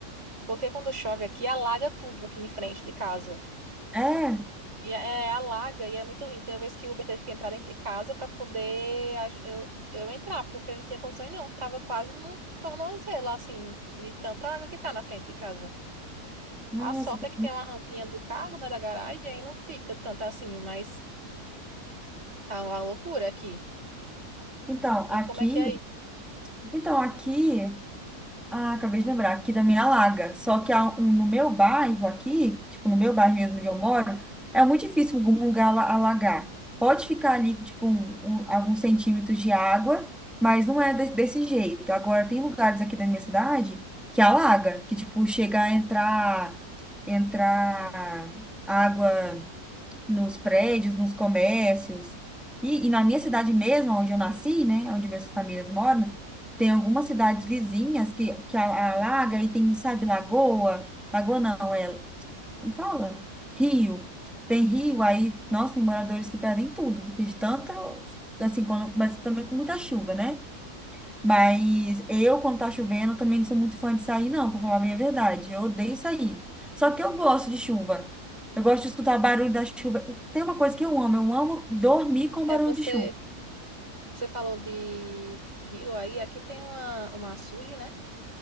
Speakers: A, on the right; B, in the centre.
A: Porque quando chove aqui, alaga tudo aqui em frente de casa.
B: É?
A: E é, é, alaga e é muito ruim. Tem uma vez que o Uber teve que entrar dentro de casa para poder aj- eu, eu entrar, porque não tinha condições não. Tava quase no tornozelo, assim, de tanta água que tá na frente de casa.
B: Nossa,
A: A sorte
B: tá-
A: é que tem uma rampinha do carro, né, da garagem, aí não fica tanto assim, mas Tá uma loucura aqui.
B: então,
A: E
B: aqui,
A: como é que é aí?
B: então aqui Ah, acabei de lembrar, aqui também alaga. Só que há um- no meu bairro aqui, tipo, no meu bairro mesmo onde eu moro, é muito difícil algum lugar ala- alagar. Pode ficar ali, tipo, um- um- alguns centímetros de água, mas não é de- desse jeito. Agora, tem lugares aqui da minha cidade que alaga, que, tipo, chega a entrar, entrar água nos prédios, nos comércios. E, e na minha cidade mesmo, onde eu nasci, né, onde minhas famílias moram, tem algumas cidades vizinhas que, que a- alaga e tem, sabe, lagoa. Lagoa não, é, como fala? Rio. Tem rio, aí, nossa, tem moradores que perdem tudo, porque de tanto, assim, quando, mas também com muita chuva, né? Mas eu, quando tá chovendo, também não sou muito fã de sair, não, pra falar bem a verdade. Eu odeio sair. Só que eu gosto de chuva. Eu gosto de escutar barulho da chuva. Tem uma coisa que eu amo, eu amo dormir com
A: É
B: barulho
A: você,
B: de chuva.
A: você falou de rio aí, aqui tem uma, uma açude, né?